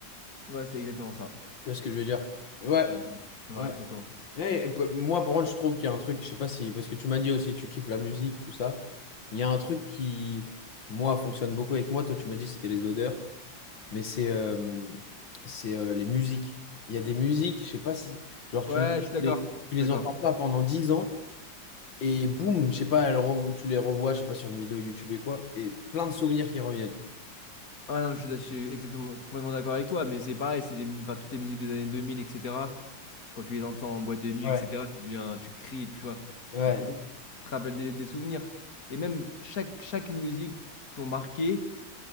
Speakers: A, on the left (about 45°); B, on the left (about 70°).
A: Ouais, c'est exactement ça.
B: Tu vois ce que je veux dire? Ouais,
A: Ouais, ça, ça m'arrive
B: ouais.
A: tout le temps.
B: Eh, et pe- moi, par contre, je trouve qu'il y a un truc, je sais pas si, parce que tu m'as dit aussi, tu kiffes la musique, tout ça. Il y a un truc qui, moi, fonctionne beaucoup avec moi. Toi, tu m'as dit, c'était les odeurs. mais c'est euh, c'est euh, les musiques. Il y a des musiques, je sais pas si, genre tu
A: Ouais, je suis d'accord.
B: les, tu
A: Je
B: les
A: suis d'accord.
B: entends pas pendant 10 ans et boum, je sais pas, elles revo- tu les revois, je sais pas sur une vidéo YouTube et quoi, et plein de souvenirs qui reviennent.
A: Ah non, je suis, je suis exactement complètement d'accord avec toi, mais c'est pareil, c'est les, enfin, toutes les musiques des années 2000, etc. Quand tu les entends en boîte de nuit,
B: Ouais,
A: etc., tu deviens, tu cries, tu vois,
B: ouais,
A: t'es trop content. Ça te rappelle des, des souvenirs. Et même chaque, chaque musique qui t'ont marqué,